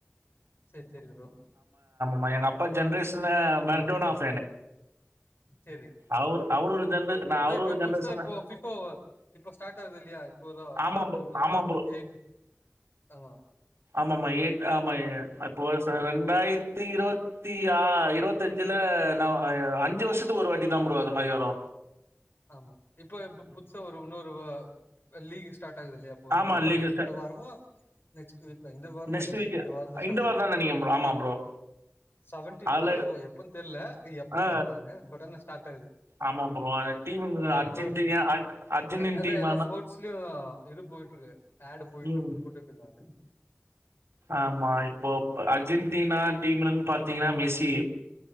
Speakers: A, on the left (about 55°); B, on the right (about 80°).
A: சேர் சேரி ப்ரோ
B: மை என் அப்பா ஜென்ரேஷன்ல மெர்டோனாஃப்
A: செரி
B: அவரு அவரு ஒரு ஜென்ர நான்
A: அதா
B: அவரு
A: இப்போ
B: ஒரு ஜெனரேஷன்ல
A: புதுசா இப்போ பிஃப்போ இப்போ ஸ்டார்ட் ஆகுதில்லயா இப்போதா
B: ஆமா
A: அடுத்து
B: ப்ரோ.
A: இன்னு
B: ஆமா
A: ஒரு
B: ப்ரோ.
A: எய்ட் ஆமா
B: ஆமாமா. எயிட் ஆமா ஏன் அப்போ வருஷோ ரெண்டாயிரத்தி இருவத்தி ஆ இருவத்தி அஞ்சுல நா அஞ்சு வருஷத்துக்கு ஒரு வாட்டிதான் ப்ரோ அது மாரி வரு
A: ஆமா இப்போ இப்ப புதுசா ஒரு இன்னொரு லீகிஸ் ஸ்டாட் ஆகுதில்லயா அப்ப இன்னு
B: ஆமா
A: ஒரு
B: இல்லைங்க சார்.
A: இந்த வாரமோ நெக்ஸ்ட் டுவித் இந்த வாரோனு
B: நெக்ஸ்ட்
A: நெனக்றே
B: வீக்
A: இந்த வாரந்தா ஸ்டார்ட்
B: இந்த வாரம்
A: ஆகுது
B: தான் நெனைக்கிறேன் ப்ரோ. ஆமா ப்ரோ.
A: செவன்டீன்த்தோ
B: அதுல
A: இல்ல ஹோ எப்பன் தெர்ல இ எப்
B: ஆ
A: கரட்டானு பட் ஆனா ஸ்டார்ட் ஆகுது
B: ஆமா ப்ரோ. அந்த டீமுங்க அர்ஜென்டினா
A: இப்ப
B: அர் அர்ஜென்டின்
A: எ அதா
B: டீம்
A: எல்லா
B: ஆனா
A: ஸ்போர்ஸ்லயு இது போய்ட்டு இருக்கு ஆட் போய்ட்டு
B: ம்.
A: இருக்கு போட்டுட்டு இருகாங்க
B: ஆமா இப்போ அர்ஜென்டினா டீம்லுன் பாத்தீங்னா மிஸ்ஸி